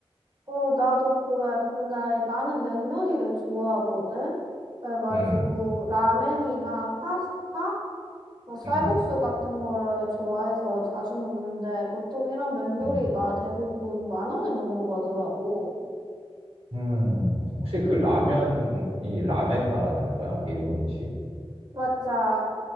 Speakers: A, on the right; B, on the right.
A: 어, 나도 그래. 근데 나는 면 요리를 좋아하거든? 그래가지고,
B: 응,
A: 라멘이나 파스타? 뭐 쌀국수
B: 응,
A: 같은 거를 좋아해서 자주 먹는데 보통 이런 면 요리가
B: 응.
A: 대부분 만 원을 넘어가더라고.
B: 음, 혹시 그 라면이 라멘 말하는 거야? 일본식?
A: 맞아.